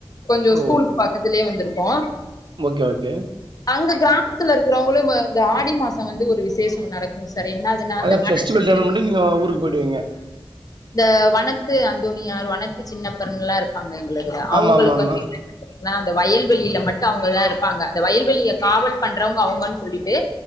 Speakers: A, on the left; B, on the right.
A: கொஞ்சோ
B: ஓ
A: ஸ்கூலுக்கு பக்கத்துலே வந்திருக்கோ
B: ஓகே ஓகே
A: அங்க கிராமத்துல இருக்கிறவங்களு இந்த ஆடி மாசோ வந்து ஒரு விசேஷோ நடக்கு சார் என்னதுன்னா அந்த
B: அத ஃபெஸ்டிவல்
A: மனசு
B: டைம்ல மட்டு நீங்க ஊருக்கு போய்டுவீங்க
A: இந்த வனத்து அந்தோனியார் வனத்து சின்னப்பெருங்கல்லா இருப்பாங்க எங்களுக் அவுங்களுக்கு
B: ஆமா ஆமா ஆமா
A: வந்து என்னன் ஏன்னா அந்த வயல்வெளியில மட்டு அவுங்கதா இருப்பாங்க அந்த வயல்வெளிய காவல் பண்றவங்க அவங்கன்னு சொல்லிட்டு